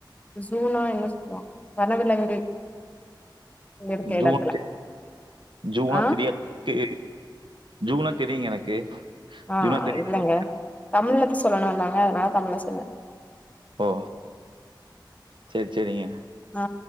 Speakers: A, on the left (about 20°); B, on the right (about 75°).
A: ஜூனா என்ன சொல்லுவாங்க வனவிலங்கு இருக்க
B: ஜூனா
A: எடத்துல
B: ஜூனா
A: ஆ
B: தெரியாதுக்கு ஜூகுனா தெரியூங்க எனக்கு
A: ஆஹ்
B: ஜூனா தெரியும்
A: இல்லைங்க தமிழ்லதத சொல்லணும்ல்லங்க நான் தமிழரசன்ங்க
B: ஓ சேரி சேரிங்க
A: ஆ